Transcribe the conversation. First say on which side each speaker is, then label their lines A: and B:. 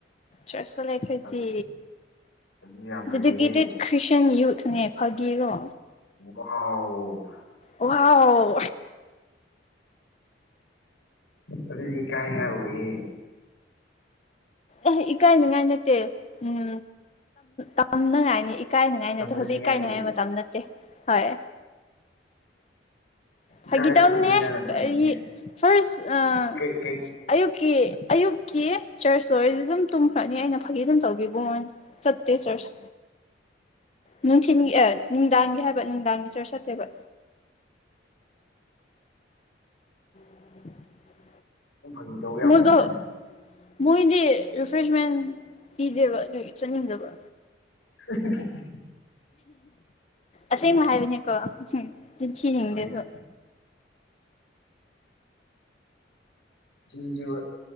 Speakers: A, on the left; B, on the left.
A: ꯆꯔꯖ ꯆꯠꯂꯒ‌ꯦ ꯍꯥꯏꯗꯤ
B: ꯑꯁ ꯑꯗꯨꯗꯤ ꯌꯥꯝ ꯐꯩꯍꯦ
A: ꯗꯦꯗꯤꯀꯦꯇꯦꯠ ꯈ꯭ꯔꯤꯁꯇꯟ ꯌꯨꯠꯅꯦ ꯐꯥꯒꯤꯔꯣ
B: ꯋꯥꯎ
A: ꯑꯣꯍꯥꯎ
B: ꯑꯗꯨꯗꯤ ꯀꯥꯏ ꯅꯤꯉꯥꯏ ꯑꫭꯌ‌ꯦ
A: ꯑ‌ꯦ ꯏꯀꯥꯏꯅꯤꯉꯥꯏ ꯅꯠꯇꯦ ꯎꯝ ꯇꯝꯅꯉꯥꯏꯅꯤ ꯀꯥꯏꯅꯉꯥꯏꯅꯤꯗ
B: ꯇꯝꯖꯅꯤꯡꯉꯥꯏ
A: ꯍꯧꯖꯤꯛ ꯀꯥꯏꯅꯉꯥꯏ
B: ꯑꯣꯏ
A: ꯃꯇꯝ ꯅꯠꯇꯦ ꯍꯣꯏ
B: ꯏꯀꯥꯏꯕꯒ
A: ꯐꯥꯒꯤꯇꯩꯅꯤꯝ
B: ꯂꯣꯏꯅꯅ
A: ꯍ‌ꯦ
B: ꯇꯝꯖꯅꯤꯡꯉꯦ
A: ꯀꯔꯤ ꯐꯥꯔꯁ ꯑꯥ
B: ꯀꯩ ꯀꯩ
A: ꯑꯌꯨꯛꯀꯤ ꯑꯌꯨꯛꯀꯤ ꯆꯔꯖ ꯂꯣꯏꯔꯗꯤ ꯑꯗꯨꯝ ꯇꯨꯝꯈ꯭ꯔꯅꯤ ꯑꯩꯅ ꯐꯥꯒꯤ ꯑꯗꯨꯝ ꯇꯧꯕꯤꯕꯣ ꯃꫭꯏꯅ ꯆꯠꯇ‌ꯦ ꯆꯔꯖ ꯅꯨꯡꯊꯤꯟꯒꯤ ꯅꯨꯡꯗꯥꯡꯒꯤ ꯍꯥꯏꯕ ꯅꯨꯡꯗꯥꯡꯗ ꯆꯔꯖ ꯆꯠꯇꯦꯕ <inaudible>
B: ꯐꯥꯒꯤ ꯇꯧꯕ ꯌꯥꯝ
A: ꯃꫭꯏꯗꫭ
B: ꯍꯩꯅ
A: ꯃꯣꯏꯗꯤ ꯔꯤꯐ꯭ꯔꯦꯁꯃꯦꯟ ꯄꯤꯗꯦꯕ ꯑꯗꯨꯒꯤ ꯆꯠꯅꯤꯡꯗꯕ
B: <unintelligible>
A: ꯑꯁꯦꯡꯕ ꯍꯥꯏꯕꯅꯦꯀꯣ ꯆꯤꯟꯊꯤꯅꯤꯡꯗꯦꯕ
B: ꯍꯣꯏꯗ ꯆꯤꯟꯁꯨ